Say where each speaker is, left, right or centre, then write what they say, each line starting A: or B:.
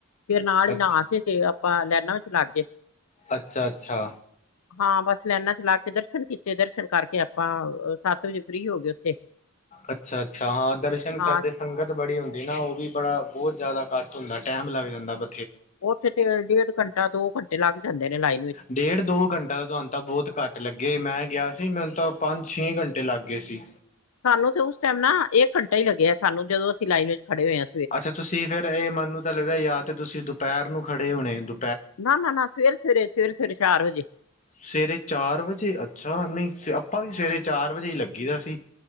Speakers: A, on the left; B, on the left.
A: ਫੇਰ ਨਾਲ ਈ
B: ਅੱਛਾ
A: ਨ੍ਹਾ ਕੇ ਤੇ ਆਪਾਂ ਲੈਨਾ ਵਿੱਚ ਲੱਗ ਗਏ।
B: ਅੱਛਾ-ਅੱਛਾ।
A: ਹਾਂ ਬਸ ਲੈਨਾ ਚ ਲ‌ਗ ਕੇ ਦਰਸ਼ਨ ਕੀਤੇ ਦਰਸ਼ਨ ਕਰਕੇ ਆਪਾਂ ਸੱਤ ਵਜੇ ਫ੍ਰੀ ਹੋ ਗਏ ਓੱਥੇ।
B: ਅੱਛਾ-ਅੱਛਾ ਹਾਂ ਦਰਸ਼ਨ
A: ਹਾਂ
B: ਕਰਦੇ ਸੰਗਤ ਬੜੀ ਹੁੰਦੀ ਨਾ ਓ ਵੀ ਬੜਾ ਬੋਤ ਜੈਦਾ ਕਾੱਠ ਹੁੰਦਾ ਟੈਮ ਲੱਗ ਜਾਂਦਾ ਬ
A: ਓਥੇ ਤੇ ਡੇਢ ਘੰਟਾ ਦੋ ਘੰਟੇ ਲੱਗ ਜਾਂਦੇ ਨੇ ਲਾਈਫ।
B: ਡੇਢ ਦੋ ਘੰਟਾ ਤੇ ਤਵੈਨ ਤਾਂ ਬੋਤ ਘੱਟ ਲੱਗੇ ਮੈਂ ਗਿਆ ਸੀ ਮੈਨੂੰ ਤਾਂ ਪੰਜ-ਛੇ ਘੰਟੇ ਲੱਗ ਗਏ ਸੀ।
A: ਸਾਨੂੰ ਤੇ ਉਸ ਟੈਮ ਨਾ ਏਕ ਘੰਟਾ ਈ ਲੱਗਿਆ ਸਾਨੂੰ ਜਦੋਂ ਅਸੀਂ ਲਾਈਨ ਵਿੱਚ ਖੜੇ ਹੋਏ ਆ।
B: ਅੱਛਾ ਤੁਸੀਂ ਫੇਰ ਐ ਮਨੂੰ ਤਾਂ ਲਗਦਾ ਯਾ ਤੇ ਤੁਸੀਂ ਦੁਪੈਰ ਨੂੰ ਖੜੇ ਹੋਨੇ ਦੁ
A: ਨਾ ਨਾ ਨਾ ਸਵੇਰੇ-ਸਵੇਰੇ, ਸਵੇਰੇ-ਸਵੇਰੇ ਚਾਰ ਵਜੇ।
B: ਸਵੇਰੇ ਚਾਰ ਵਜੇ ਅੱਛਾ! ਨਈ ਆਪਾਂ ਵੀ ਸਵੇਰੇ ਚਾਰ ਵਜੇ ਈ ਲੱਗੀ ਦਾ ਸੀ।